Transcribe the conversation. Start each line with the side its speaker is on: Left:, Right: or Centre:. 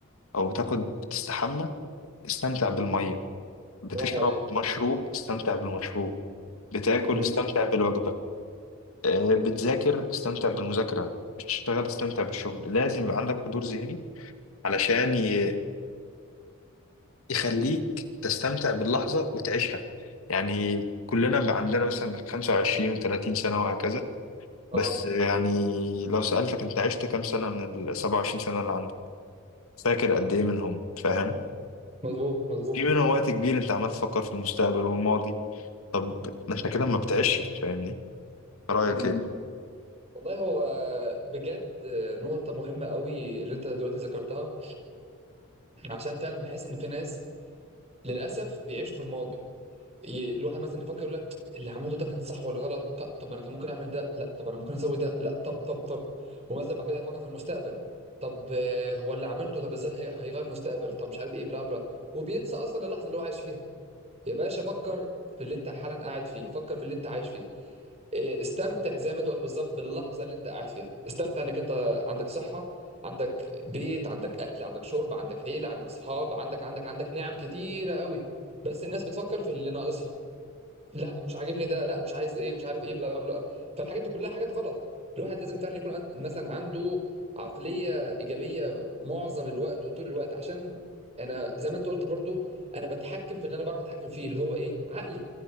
Left: او بتاخد بتستحمى استمتع بالميه بتشرب
Right: برافو عليك
Left: مشروب استمتع بالمشروب بتاكل
Right: مم.
Left: استمتع بالوجبه آه، بتذاكر استمتع بالمذاكره بتشتغل استمتع بالشغل لازم يبقى عندك حضور ذهني علشان ي- يخليك تستمتع باللحظه وتعيشها يعني كلنا بقى عندنا مثلا 25 و30 سنه وهكذا
Right: اه
Left: بس يعني لو سألتك انت عشت كام سنه من ال 27 سنه اللي عندك فاكر قد
Right: صح
Left: ايه منهم فاهم
Right: مظبوط مظبوط
Left: في منهم وقت كبير انت عمال تفكر في المستقبل والماضي طب ما احنا كده ما بتعيش فاهمني رأيك
Right: مم.
Left: ايه
Right: والله هو بجد نقطة مهمة قوي اللي انت دلوقتي ذكرتها عشان فعلا بحس ان في ناس للأسف بيعيشوا في الماضي ي- الواحد مثلا يفكر يقول لك اللي عملته ده كان صح ولا غلط ط- طب انا كان ممكن اعمل ده لا طب انا ممكن اسوي ده لا طب طب طب ومثلا بعد كده يفكر في المستقبل طب آه، هو اللي عملته طب ازاي هي- هيغير مستقبل طب مش عارف ايه بلا بلا وبينسى اصلا اللحظه اللي هو عايش فيها يا باشا فكر في اللي انت حالا قاعد فيه فكر في اللي انت عايش فيه آه، استمتع زي ما انت قلت بالظبط باللحظه اللي انت قاعد فيها استمتع انك انت عندك صحه عندك بيت عندك اكل عندك شرب عندك عيله عندك صحاب عندك عندك عندك نعم كتيره قوي بس الناس بتفكر في اللي ناقصها لا مش عاجبني ده لا مش عايز ايه مش عارف ايه بلا بلا فالحاجات دي كلها حاجات غلط الواحد لازم فعلا يكون عند مثلا عنده عقلية إيجابية معظم الوقت وطول الوقت عشان انا زي ما انت قلت برضو انا بتحكم في اللي انا بعرف اتحكم فيه اللي هو ايه عقلي